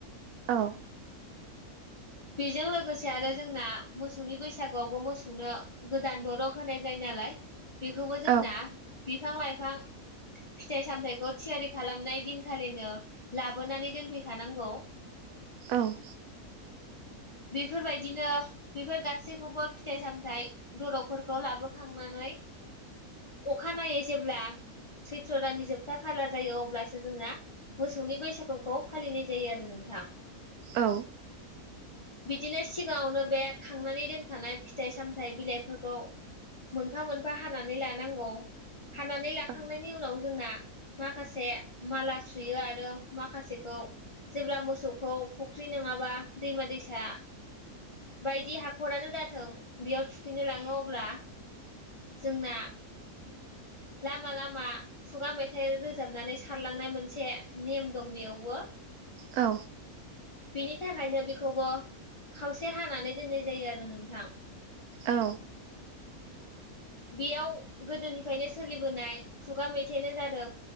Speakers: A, on the right; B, on the left.
A: औ
B: बेजों लोगोसे आरो जोंना मोसौनि बैसागुआवबो मोसौनो गोदान दरग होनाय जायो नालाय बेखौबो जोंना
A: औ
B: बिफां लाइफां फिथाइ सामथायखौ थियारि खालामनाय दिनखालिनो लाबोनानै दोनफैखानांगौ।
A: औ।
B: बेफोरबायदिनो बेफोर गासैखौबो फिथाइ सामथाय दरबफोरखौ लाबोखांनानै अखानायै जेब्ला सैथ्र' दाननि जोबथा खालार जायो अब्लासो जोंना मोसौनि बैसाग खौ फालिनाय जायो आरो नोंथां।
A: औ।
B: बिदिनो सिगाङावनो बे खांनानै दोखानाय फिथाइ सामथायाइ बिलाइफोरखौ मोनफा मोनफा हानानै लानांगौ हानानै
A: औ
B: लाखांनायनि उनाव जोंना माखासे माला सुयो आरो माखासेखौ जेब्ला मोसौखौ फुख्रि नङाबा दैमा दैसा बायदि हाखरानो जाथों बेयाव थुखैनो लाङो अब्ला जोंना लामा लामा खुगा मेथाइ रोजाबनानै सारलांनाय मोनसे नेम दं बेयावबो।
A: औ।
B: बिनि थाखायनो बेखौबो खावसे हानानै दोननाय जायो आरो नोंथां।
A: औ।
B: बेयाव गोदोनिफ्रायनो सो सोलिबोनाय खुगा मेथाइानो जादों